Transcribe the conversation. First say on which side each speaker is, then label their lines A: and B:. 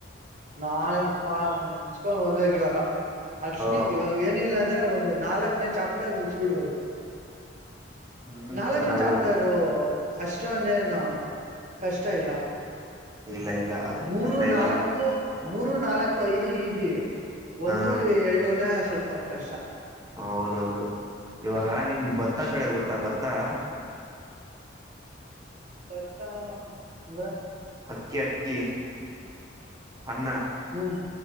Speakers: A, on the right; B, on the right.
A: ನಾ ಪ ಹಚ್ಕೊಂಡ್ ಓದ್ಬೇಕ ಇವಾಗ ಹಸಡಿ
B: ಹಾ
A: ಇವಾಗ ಏನಿಲ್ಲ ಅಂದ್ರೆ ಒಂದು ನಾಲ್ಕನೇ ಚಾಪ್ಟರ್ ಮುಗಿಸ ಬಿಡ್ಬೇಕು
B: ಹ್ಮ್
A: ನಾಲ್ಕ್
B: ಚೆನ್ನಾಗ್
A: ಚಾಪ್ಟರ್
B: ಓದು
A: ಅಷ್ಟೊ ಅಂದೇನು ಕಷ್ಟ ಇಲ್ಲ
B: ಇಲ್ಲ ಇಲ್ಲ ಅದು
A: ಮೂರು
B: ಕಷ್ಟ ಇಲ್ಲ
A: ನಾಲ್ಕ್ ಕ್ಕು ಮೂರು ನಾಲ್ಕು ಐದು ಈಸಿ ಒಂದು
B: ಹಾ
A: ಎರಡುನ ಸ್ವಲ್ಪ ಅವಕಾಶ
B: ಹೌದೌದು ಇವಾಗ ನಿಂಗ ಭತ್ತ ಬೆಳೋದು ಗೊತ್ತಾ ಭತ್ತಾ
A: ಭತ್ತ ಅಂದ್ರೆ
B: ಅಕ್ಕಿ ಅಕ್ಕಿ ಅನ್ನ
A: ಹ್ಮ್